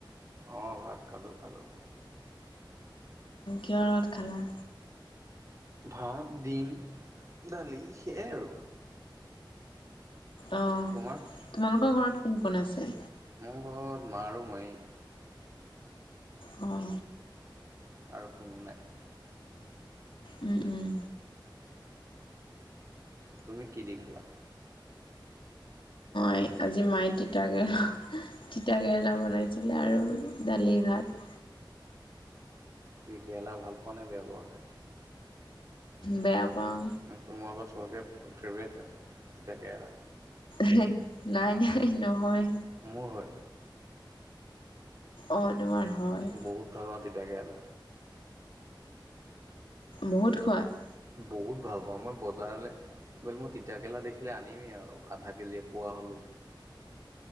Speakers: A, on the right; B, on the left.
A: অঁ ভাত খালোঁ খালোঁ
B: কিহৰ লগত খালা
A: ভাত ডিম দালি সেইয়াই আৰু
B: অ
A: তোমাৰ
B: তোমালোকৰ ঘৰত কোন কোন আছে
A: মোৰ ঘৰত মা আৰু মইয়ে
B: অ
A: আৰু কোনো নাই
B: উম উম
A: তুমি কি দি খালা।
B: মায়ে আজি মায়ে তিতা কেৰেলা তিতা কেৰেলা বনাইছিলে আৰু দালি ভাত।
A: কি কেৰেলা ভাল পোৱা নে বেয়া পোৱা।
B: বেয়া পাওঁ।
A: মই আকৌ চবকে ফেভৰেট হয় তিতাকেৰেলা।
B: সেই নাই নাই নহয়।
A: মোৰ হয়।
B: অঁ তুমাৰ হয়।
A: বহুত ভাল পাওঁ তিতাকেৰেলা।
B: বহুত শুৱাট।
A: বহুত ভাল পাওঁ মই বজাৰলে। <inaudible> মই তিতাকেৰেলা দেখিলে আনিমেই আৰু আধা কেজি বা এক পোৱা হ'লোঁ।